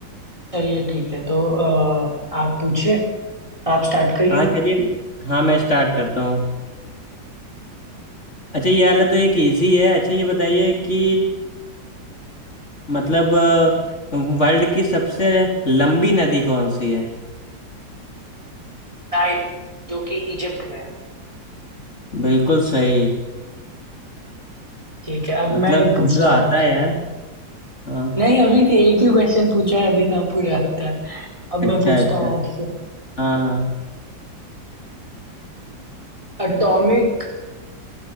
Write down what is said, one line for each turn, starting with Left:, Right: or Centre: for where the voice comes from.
Right: चलिए ठीक है तो आ, आप पूछिए आप स्टार्ट करिए
Left: हाँ चलिए हाँ मैं स्टार्ट करता हूँ अच्छा ये वाला तो एक इजी है अच्छा ये बताइए कि मतलब अ, वर्ल्ड की सबसे लंबी नदी कौन सी है
Right: नाइन जो कि इजिप्ट में है
Left: बिल्कुल सही
Right: ठीक है अब
Left: मतलब
Right: मैं एक पूछता
Left: कुंदरो आता
Right: हूँ आपसे
Left: है यार हाँ
Right: नहीं अभी तो एक ही क्वेश्चन पूछा है अभी कहाँ पूरा होता है अब
Left: अच्छा
Right: मैं पूछता
Left: अच्छा
Right: हूँ आपसे
Left: हाँ हाँ
Right: एटॉमिक